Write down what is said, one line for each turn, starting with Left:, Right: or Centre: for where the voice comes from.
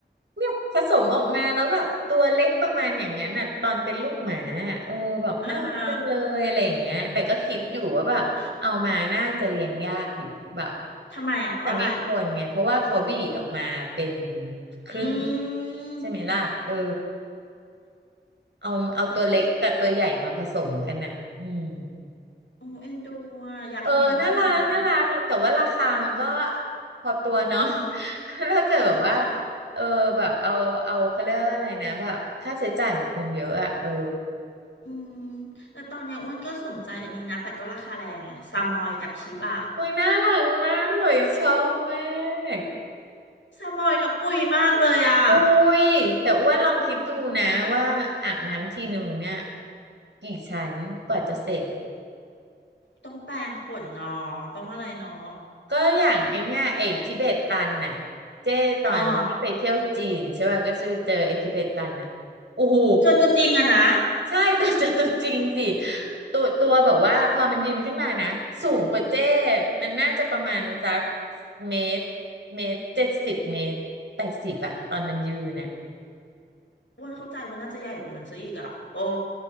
Right: เนี่ยผสมออกมาแล้วแบบตัวเล็กประมาณอย่างนั้นอ่ะตอนเป็นลูกหมาอะเออแบบน่ารักจังเลยอะไรอย่างเงี้ยแต่ก็คิดอยู่ว่าแบบเอามาน่าจะเลี้ยงยากอยู่แบบ
Left: อ่าฮะ ทำไมอ่ะเพราะอะไร
Right: แต่ไม่ทนเนี่ยเพราะว่าเขาบีดออกมาเป็นครึ่ง
Left: อืม
Right: ใช่ไหมล่ะเออเอาเอาตัวเล็กกับตัวใหญ่มาผสมกันน่ะอืม
Left: แต่ก็โอ้เอ็นดูอ่ะอยากเห็นอยากเห็น
Right: เออน่ารักน่ารักแต่ว่าราคามันก็พอตัวเนาะ <laughs>
Left: <laughs>
Right: ถ้าเกิดแบบว่าเออแบบเอาเอาเขาเรียกว่าอะไรนะแบบค่าใช้จ่ายมันคงเยอะอะเออ
Left: อืมแต่ตอนเนี้ยอ้วนก็สนใจอันนี้นะแต่ก็ราคาแรงไงซามอยกับชิบะ
Right: อุ้ยน่ารักมากหน่อยชอบมาก
Left: ซามอยเนาะปุยมากเลยอ่ะ
Right: อุ้ยแต่อ้วนลองคิดดูนะว่าอาบน้ำทีหนึ่งเนี่ยกี่ชั้นกว่าจะเสร็จ
Left: ต้องแปรงขนน้องต้องอะไรเนาะ
Right: ก็อย่างไอเนี่ยไอทิเบตตันน่ะเจ้ตอนที่ไปเที่ยวจีนใช่ป่ะก็จะไปเจอไอทิเบตตันน่ะโอ้โห
Left: อ่าเจอตัวจริงอะนะ
Right: ใช่ <laughs> ตัวตัวตัวจริงสิตัวตัวแบบว่าพอมันยืนขึ้นมานะสูงกว่าเจ้มันน่าจะประมาณสักเมตรเมตรเจ็ดสิบเมตรแปดสิบอะตอนมันยืนน่ะ
Left: อ้วนเข้าใจว่าน่าจะใหญ่กว่านั้นซะอีกอ่ะโอ้